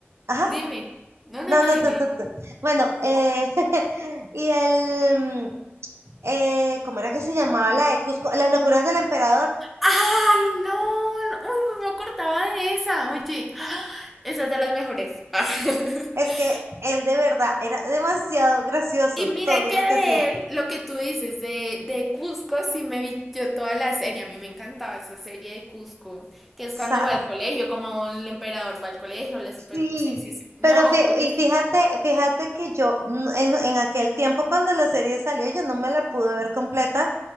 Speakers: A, on the right; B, in the centre.
A: Ajá,
B: dime. No, no,
A: no,
B: no,
A: no,
B: dime,
A: tú,
B: dime.
A: tú, tú. Bueno, eh, <laughs> y el... mm, eh, ¿cómo era que se llamaba la de Cusco? Las locuras del emperador.
B: ¡Ay, no! no, ¡Uy, no me acordaba de esa! Oye, <gasps> ¡ah! esa es de las mejores. <laughs>
A: Es que él de verdad era demasiado gracioso
B: Y mira
A: todo
B: que
A: lo
B: de
A: que hacía. O
B: él, lo que tú dices de, de Cusco, sí me vi yo toda la serie. A mí me encantaba esa serie de Cusco, que es
A: sea,
B: cuando va al colegio, como el emperador va al colegio, la super...
A: sí.
B: Sí, sí, sí. No,
A: Pero fí-
B: buenísimo.
A: y fíjate, fíjate que yo mm, en, en aquel tiempo cuando la serie salió, yo no me la pude ver completa.